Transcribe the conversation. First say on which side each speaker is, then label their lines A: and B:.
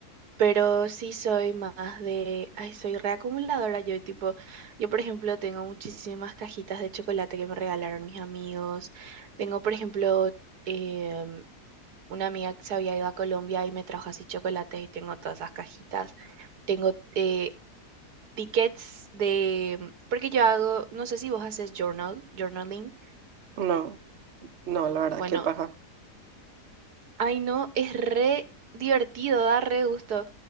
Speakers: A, on the right; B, on the right.
A: Pero sí soy más de, ay, soy reacumuladora. Yo tipo, yo por ejemplo tengo muchísimas cajitas de chocolate que me regalaron mis amigos. Tengo por ejemplo em, una amiga que se había ido a Colombia y me trajo así chocolates y tengo todas esas cajitas. Tengo eh, tickets de, porque yo hago, no sé si vos haces journal, journaling.
B: No, no, la verdad,
A: Bueno,
B: qué paja.
A: Ay, no, es re divertido, da re gusto.